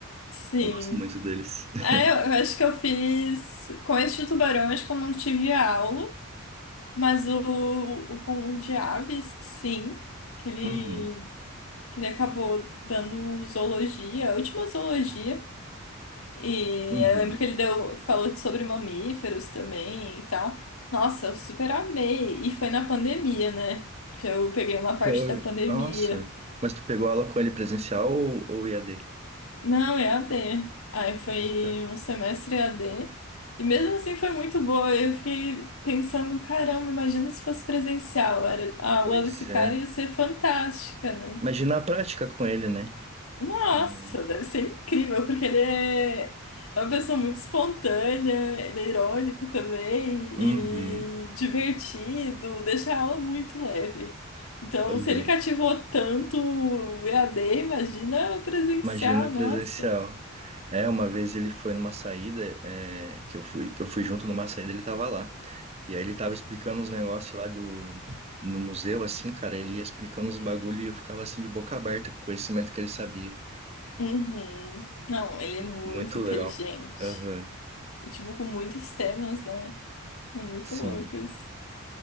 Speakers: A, on the left; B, on the right.
A: sim.
B: Eu gosto muito deles. <laughs>
A: É, eu, eu acho que eu fiz. Com esse de tubarão, acho que eu não tive aula, mas o, o com o de aves, sim. Que ele,
B: Uhum.
A: que ele acabou dando zoologia, a última zoologia. E
B: Uhum.
A: eu lembro que ele deu, falou sobre mamíferos também e tal. Nossa, eu super amei. E foi na pandemia, né? Que eu peguei uma
B: Foi,
A: parte da pandemia.
B: nossa. Mas tu pegou aula com ele presencial ou, ou EAD?
A: Não, E a D Aí foi
B: Ah, tá.
A: um semestre E a D E mesmo assim foi muito boa. Eu fiquei pensando, caramba, imagina se fosse presencial. Era, a
B: Pois
A: aula desse cara
B: é.
A: ia ser fantástica, né?"
B: Imagina a prática com ele, né?
A: Nossa,
B: Uhum.
A: deve ser incrível, porque ele é é uma pessoa muito espontânea, ele é irônico também
B: Uhum.
A: e divertido, deixa a aula muito leve. Então,
B: Uhum.
A: se ele cativou tanto o EAD, imagina presencial,
B: Imagina presencial.
A: nossa.
B: É, uma vez ele foi numa saída, é, que eu fui, eu fui junto numa saída, ele tava lá. E aí ele tava explicando uns negócios lá do, no museu, assim, cara, ele ia explicando uns bagulho e eu ficava assim de boca aberta com o conhecimento que ele sabia.
A: Uhum. Não, ele é muito
B: Muito
A: inteligente.
B: legal. Aham,
A: E, tipo, com muitos temas, né? É muito
B: sim.
A: louco isso.